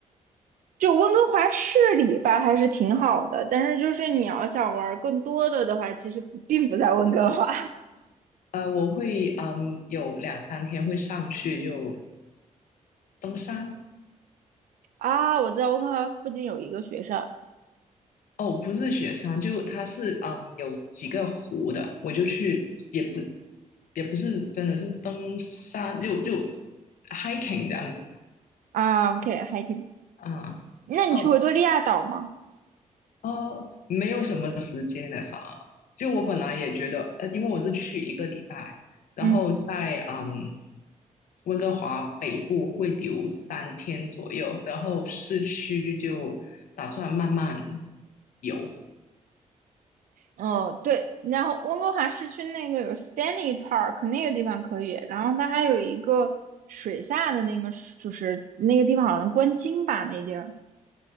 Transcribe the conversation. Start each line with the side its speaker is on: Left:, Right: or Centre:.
Right: 就温哥华市里吧，还是挺好的，但是就是你要想玩更多的的话，其实不并不在温哥华
Left: 呃，我会嗯有两三天会上去就登山，
Right: <laughs> 啊。我知道温哥华附近有一个学校
Left: 哦，不是雪山，就它是嗯有几个湖的，我就去，也不也不是真的是登山，就就 hiking 这样子
Right: 啊，OK，还挺。
Left: 啊。
Right: 那你去维多利亚岛吗？
Left: 哦哦，没有什么时间的，反而就我本来也觉得，呃，因为我是去一个礼拜，然后在嗯
Right: 嗯，
Left: 温哥华北部会留三天左右，然后市区就打算慢慢游。
Right: 哦，对，然后温哥华市区那个有 Stanley Park 那个地方可以，然后它还有一个水下的那个，就是那个地方好像观鲸吧，那地儿。